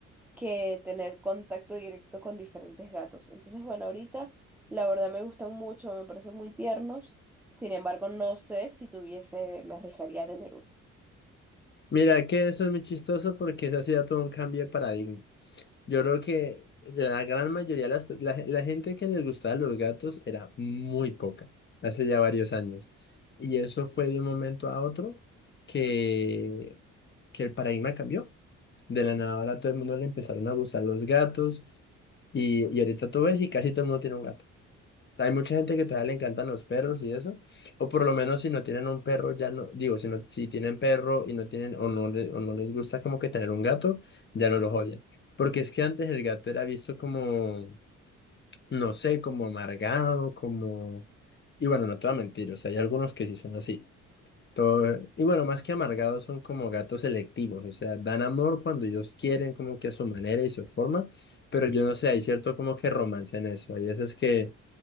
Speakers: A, in the centre; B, on the left.
A: que tener contacto directo con diferentes gatos. Entonces, bueno, ahorita la verdad me gustan mucho, me parecen muy tiernos. Sin embargo, no sé si tuviese, me arriesgaría a tener uno.
B: Mira, que eso es muy chistoso porque eso ha sido todo un cambio de paradigma. Yo creo que la gran mayoría de las, pe- la, la gente que les gustaba los gatos era muy poca, hace ya varios años. Y eso fue de un momento a otro que, que el paradigma cambió. De la nada ahora a todo el mundo le empezaron a gustar los gatos y, y ahorita tú ves y casi todo el mundo tiene un gato. Hay mucha gente que todavía le encantan los perros y eso, o por lo menos si no tienen un perro, ya no, digo, si no, si tienen perro y no tienen, o no, le- o no les gusta como que tener un gato, ya no los oyen. Porque es que antes el gato era visto como, no sé, como amargado, como, y bueno, no te voy a mentir, o sea, hay algunos que sí son así. Todo, y bueno, más que amargados son como gatos selectivos, o sea, dan amor cuando ellos quieren, como que a su manera y su forma, pero yo no sé, hay cierto como que romance en eso. Hay veces que